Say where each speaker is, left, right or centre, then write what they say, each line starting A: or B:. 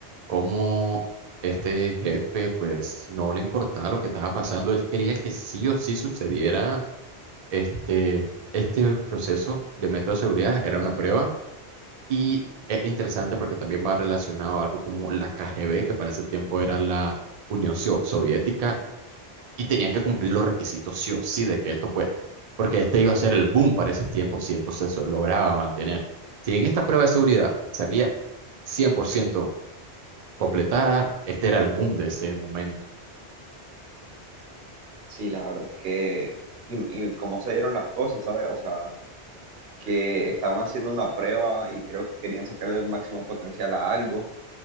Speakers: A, on the right; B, on the right.
A: cómo este jefe pues no le importaba lo que estaba pasando, él quería que sí o sí sucediera este, este proceso de método de seguridad, era una prueba y es interesante porque también va relacionado a algo como la KGB, que para ese tiempo era la Unión Sio- Soviética y tenía que cumplir los requisitos sí o sí de que esto pues, porque este iba a ser el boom para ese tiempo si esto se so- lograba mantener. Si en esta prueba de seguridad salía 100% completada. Este era el boom de ese momento.
B: Sí, la verdad es que, y, y cómo se dieron las cosas, ¿sabes? O sea, que estaban haciendo una prueba y creo que querían sacarle el máximo potencial a algo,